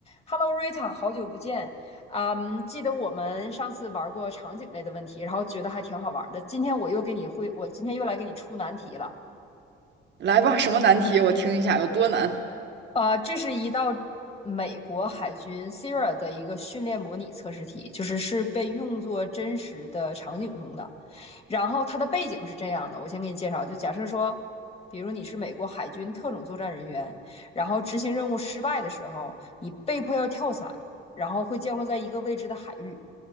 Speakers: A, on the left (about 30°); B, on the right (about 60°).
A: Hello Rita，好久不见。嗯，记得我们上次玩过场景类的问题，然后觉得还挺好玩的。今天我又给你会，我今天又来给你出难题了。
B: 来吧，什么难题？我听一下有多难。
A: 呃，这是一道美国海军 SERA 的一个训练模拟测试题，就是是被用作真实的场景中的。然后它的背景是这样的，我先给你介绍，就假设说，比如你是美国海军特种作战人员，然后执行任务失败的时候，你被迫要跳伞，然后会降落在一个未知的海域，